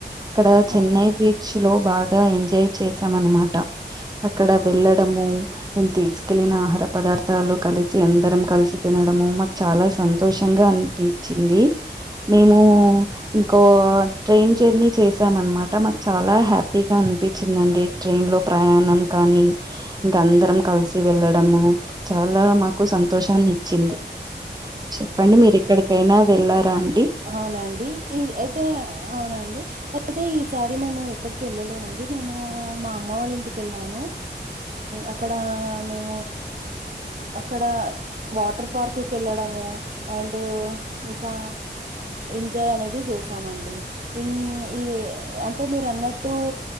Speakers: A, on the right (about 20°); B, on the right (about 45°).
A: అక్కడ చెన్నై
B: అవునా!
A: బీచ్ లో బాగా ఎంజాయ్ చేసాం అనమాట అక్కడ వెళ్ళడము నేను తీసుకెళ్లిన ఆహార పదా ర్థాలు కలిసి అందరం కలిసి తినడము మాకు చాలా సంతోషంగా అనిపించింది మేము ఇంకో ట్రైన్ జర్నీ చేశాం అనమాట మాకు చాలా హ్యాపీగా అనిపించిందండి. ట్రైన్ లో ప్రయాణం నం కానీ ఇంక అందరం కలిసి వెళ్ళడము చాలా మాకు సంతోషాన్ని ఇ చ్చింది చెప్పండి మీరు ఎక్కడికైనా వెళ్ళారా అండి
B: అవునండి ఈ అయితే అవునండి అయితే ఈసారి మేము ఎక్కడికి వెళ్ళలేమండి నేను మా అమ్మ వాళ్ళ ఇంటికి ఏళ్ళాను అక్కడ ఆ మేము అక్కడ వాటర్ పార్క్కు వెళ్ళడం ఆ అండ్ ఇంకా ఎంజాయ్ అనేది చేసామండి ఇం ఇది అంటే మీరు అన్నట్టు